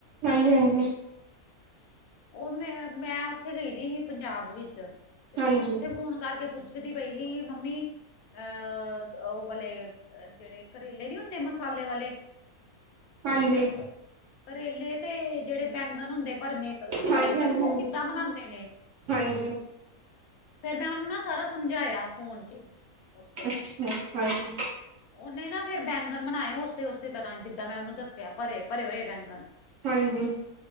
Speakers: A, on the right; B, on the left.
A: ਹਾਂਜੀ ਹਾਂਜੀ।
B: ਉਹ ਮੈਂ ਮੈਂ ਉੱਥੇ ਗਈ ਰ ਸੀ ਪੰਜਾਬ ਵਿੱਚ। ਤੇ
A: ਹਾਂਜੀ
B: ਮੈਨੂੰ ਉੱਥੇ ਫੋਨ ਕਰਕੇ ਪੁੱਛਦੀ ਪਈ ਸੀ ਮੰਮੀ। ਅਹ ਉਹ ਵਾਲੇ ਜਿਹੜੇ ਕਰੇਲੇ ਨੀ ਹੁੰਦੇ ਮਸਾਲੇ ਵਾਲੇ।
A: ਹਾਂਜੀ।
B: ਕਰੇਲੇ ਤੇ ਜਿਹੜੇ ਬੈਂਗਣ ਹੁੰਦੇ ਭਰਮੇ
A: ਹਾਂਜੀ
B: ਬੈਂਗਣ
A: ਹਾਂਜੀ
B: ਉਹ
A: ਹਾਂਜੀ
B: ਕਿੱਦਾਂ ਬਨਾਉਂਦੇ ਨੇ।
A: ਹਾਂਜੀ।
B: ਫੇਿਰ ਮੈਂ ਉਹਨੂੰ ਨਾ ਸਾਰਾ ਸਮਝਾਇਆ ਫੋਨ ਚ। ਉੱਥੇ
A: ਅੱਛਾ ਹਾਂਜੀ।
B: ਉਹਨੇ ਨਾ ਫੇਿਰ ਬੈਂਗਣ ਬਣਾਏ ਉਸੇ ਉਸੇ ਤਰ੍ਹਾਂ ਜਿੱਦਾਂ ਮੈਂ ਉਹਨੂੰ ਦੱਸਿਆ ਭਰੇ ਭਰੇ ਹੋਏ ਬੈਂਗਣ।
A: ਹਾਂਜੀ